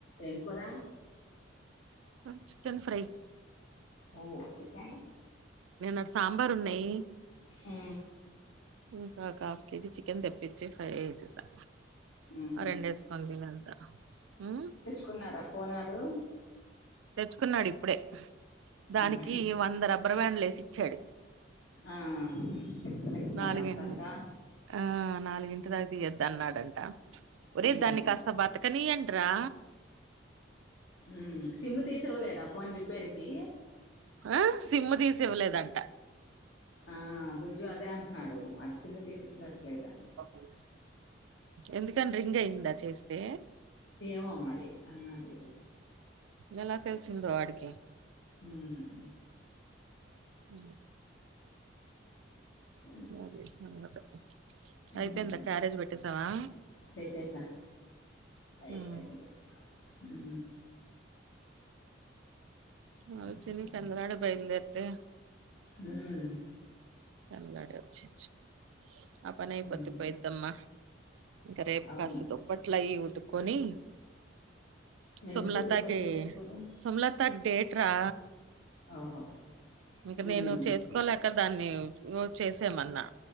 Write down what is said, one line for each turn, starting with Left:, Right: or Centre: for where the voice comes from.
Left: ఏం కూరా
Right: అన్ చికెన్ ఫ్రై
Left: ఓ చికెన్
Right: నిన్నటి సాంబార్ ఉన్నాయి
Left: ఉ
Right: ఇంకా ఒక హాఫ్ కేజీ చికెన్ తెప్పిచ్చి ఫ్రై చేేసేసా
Left: ఉహు
Right: ఆ రెండెస్కోని తినెల్తాను ఉ
Left: కున్నారా ఫోన్ వాడు
Right: తెచ్చుకున్నాడు ఇప్పుడే దానికి
Left: ఉమ్.
Right: వంద రబ్బర్బండ్లు వేసి ఇచ్చాడు
Left: ఆ ఇస్కు
Right: నాలుగి
Left: మరి అత్తరగా
Right: ఆ నాలుగింటి ఇందాక తియ్యద్దు అన్నాడంట
Left: హ్మ్
Right: ఒరే దాన్ని కాస్త బత్ర కనీయండ్రా
Left: ఉ సిమ్ తీసివ్వలేదా ఫోన్ రిపేర్ కి
Right: ఆ సిమ్ము తీసి ఇవ్వలేదంట
Left: ఆ బుజ్జు అదే అంటున్నాడు ఆడు సిమ్మ తీసి ఇచ్చినట్లే లేడని
Right: ఉ ఎందుకని రింగ్ అయిందా చేస్తే
Left: ఏమో మరి అన్నాడో లేదు
Right: ఇలా తెలిసిందో వాడికి
Left: ఉమ్
Right: ఉ
Left: హ
Right: అది సంగతి
Left: హ్మ్
Right: అయిపోయింద క్యారేజ్ పెట్టేసావా
Left: పెట్టేసా అయిపోయింది
Right: ఉమ్
Left: ఉ
Right: అ
Left: ఇంకా
Right: తిని పెందలాడే బయలుదేరితే
Left: ఉమ్
Right: పెందలాడ వచ్చేయొచ్చు ఆ పని అయిపోతే
Left: హ్మ్
Right: పోయిద్దమ్మా ఇంకా రేపు
Left: అవును
Right: కాస్త దుప్పట్లు అయి ఉతుక్కొని
Left: ఎందుకు
Right: సోమలత
Left: దుప్పట్లు
Right: కి
Left: ఉతుక్కోవడం
Right: సోమలత డేట్ రా
Left: ఓహో
Right: ఇంకా
Left: హ్మ్
Right: నేను చేసుకోలేక దాన్ని నువ్వు చేసేమన్నా